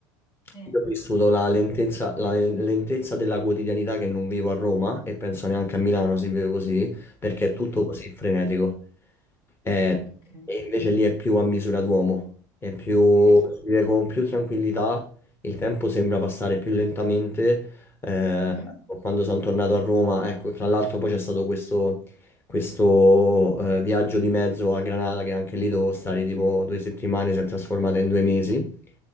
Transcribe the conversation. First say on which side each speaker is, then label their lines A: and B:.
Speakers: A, on the left; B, on the left.
A: sì.
B: Io ho vissuto la lentezza, la lentezza della quotidianità che non vivo a Roma e penso neanche a Milano si vive così, perché è tutto così frenetico. Eh,
A: Ah, Ok.
B: E, invece lì è più a misura d'uomo, è più,
A: Sì.
B: si vive con più tranquillità, il tempo sembra passare più lentamente. eh,
A: Mhm.
B: quando sono tornato a Roma, ecco, tra l'altro poi c'è stato questo questo eh, viaggio di mezzo a Granada, che anche lì dovevo stare tipo due settimane, si è trasformata in due mesi.